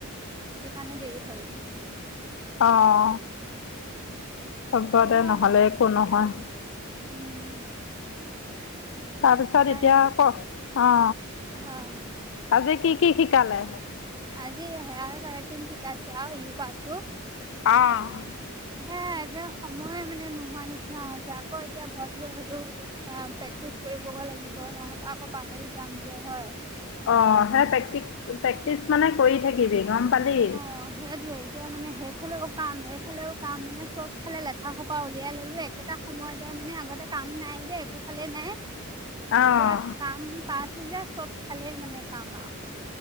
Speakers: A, on the right (about 20°); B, on the left (about 60°).
A: সেইকাণে দেৰি হ'ল।
B: অ অ, হ'ব্ব
A: এতিয়া
B: দে নহ'লে একো নহয়।
A: উম।
B: তাৰপিছত
A: উপায়
B: এতিয়া
A: নাই
B: ক, অ।
A: অ
B: আজি কি কি শিকালে?
A: আজি হেয়াৰ কাৰ্টিং শিকাইছে আৰু ইউ কাৰ্তটো।
B: অঁ।
A: সেয়াই এটিয়া সময়ে মানে নোহোৱা নিচিনা হৈছে। আকৌ এতিয়া ঘৰত গৈ সেইটো অ প্ৰেক্টিচ কৰিবগে লাগিব নহবা আকৌ পাহৰি যাম যে, হয়!
B: অঁ, সেই প্ৰেক্টিক প্ৰেক্টিচ মানে কৰি থাকিবি, গম পালি?
A: অ সেইটোৱেই। এতিয়া মানে সেইফালেও কাম এইফালেও কাম মানে চবফালে লেঠা সোপা উলিয়াই ললো একেটা সময়তে মানে আগতে কাম নাই যে একো ফালে নাই
B: অ',
A: এতিয়া কাম পাইছো যে চব ফালে মানে কাম আৰু।